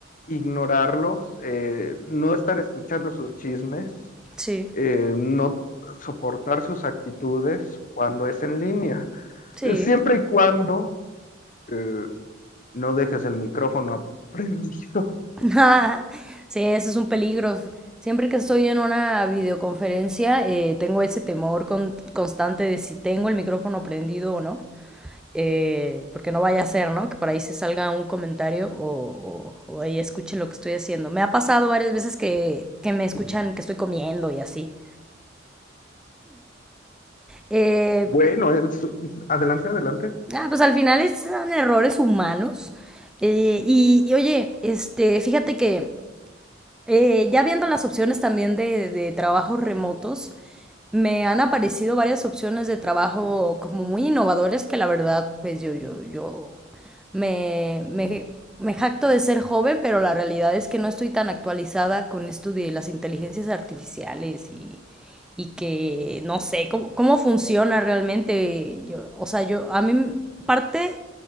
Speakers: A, on the left; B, in the centre.
A: ignorarlos, eh, no estar escuchando sus chismes,
B: sí,
A: eh, no soportar sus actitudes cuando es en línea,
B: sí.
A: siempre y cuando eh, no dejes el micrófono prendido. <laughs>
B: <laughs> sí, eso es un peligro. Siempre que estoy en una videoconferencia, eh, tengo ese temor con, constante de si tengo el micrófono prendido o no. eh, porque no vaya a ser, ¿no? Que por ahí se salga un comentario o, o, o ahí escuchen lo que estoy haciendo. Me ha pasado varias veces que, que me escuchan que estoy comiendo y así. Eh,
A: Bueno, es- adelante, adelante.
B: ah, pues al final son errores humanos. Eh, y, y oye, este, fíjate que Eh, ya viendo las opciones también de, de trabajos remotos, me han aparecido varias opciones de trabajo como muy innovadores que la verdad, pues yo, yo, yo me, me, me jacto de ser joven, pero la realidad es que no estoy tan actualizada con esto de las inteligencias artificiales y, y que no sé cómo, cómo funciona realmente. Yo, o sea, yo, a mí parte